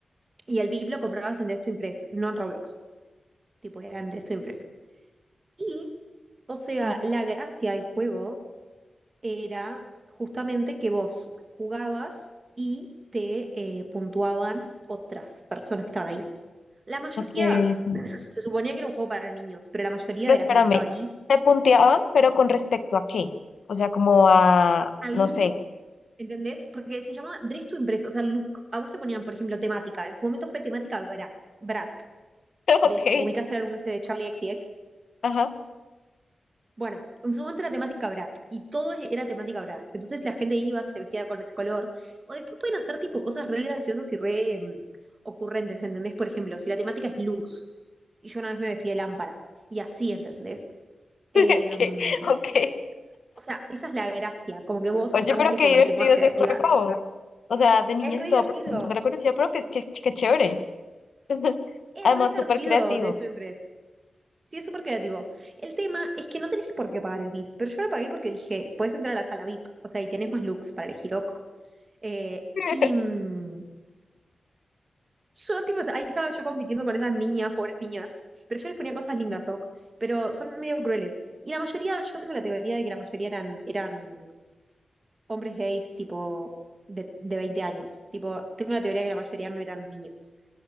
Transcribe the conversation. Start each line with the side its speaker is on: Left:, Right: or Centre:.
Right: y el VIP lo comprabas en Destiny Impress, no en Roblox. Tipo, era en Destiny Impress. Y, o sea, la gracia del juego era justamente que vos jugabas y te eh, puntuaban otras personas que estaban ahí. La mayoría,
Left: Ok, ok.
Right: se suponía que era un juego para niños, pero la mayoría
Left: Pero
Right: de la
Left: espérame,
Right: gente que estaba ahí,
Left: te punteaban, pero con respecto a qué? O sea, como a,
Right: al
Left: no
Right: look,
Left: sé,
Right: ¿entendés? Porque se llama Dress to Impress, o sea, look. A vos te ponían, por ejemplo, temática. En su momento fue temática Brat, Brat
Left: <laughs>
Right: del,
Left: Ok,
Right: ¿ubicás el álbum ese de Charlie X C X.
Left: ajá.
Right: Bueno, en su momento era temática Brat y todo era temática Brat. Entonces la gente iba, se vestía con ese color. O después pueden hacer tipo cosas re graciosas y re em, ocurrentes, ¿entendés? Por ejemplo, si la temática es luz y yo una vez me vestí de lámpara y así, ¿entendés? Em,
Left: <laughs> Ok, ok.
Right: o sea, esa es la gracia, como que
Left: Oye,
Right: vos justamente
Left: pero qué
Right: como
Left: divertido
Right: que te pongas creativa.
Left: ese juego. O sea, de niños
Right: Es re
Left: y todo,
Right: divertido,
Left: pero no me lo conocía, pero que es que, que chévere. <laughs>
Right: es
Left: Además,
Right: re divertido
Left: súper creativo.
Right: Drive to Impress. Sí, es súper creativo. El tema es que no tenés por qué pagar el VIP, pero yo lo pagué porque dije, podés entrar a la sala VIP, o sea, y tenés más looks para elegir, ok. Eh,
Left: <laughs>
Right: y mm, yo, tipo, ahí estaba yo compitiendo con esas niñas, pobres niñas, pero yo les ponía cosas lindas, ok, pero son medio crueles. Y la mayoría, yo tengo la teoría de que la mayoría eran, eran hombres gays, tipo, de, de 20 años. Tipo, tengo la teoría de que la mayoría no eran niños,